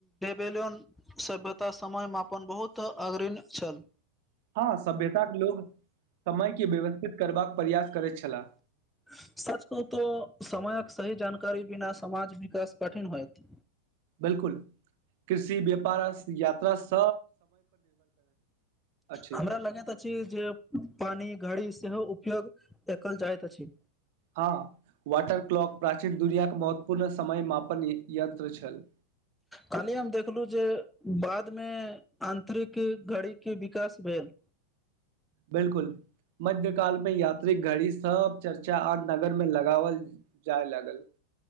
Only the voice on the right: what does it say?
हँ सभ्यता के लोग समय के व्यवस्थित करबाक प्रयास करैत छलाह
बिलकुल कृषि व्यापार यात्रा स अछि
हँ वाटर क्लॉक प्राचीन दुनियाक महत्वपूर्ण समय मापन यन्त्र छल
बिलकुल मध्य काल में यात्री घड़ी सब चर्चा आ नगर में लगाावल जाय लागल ह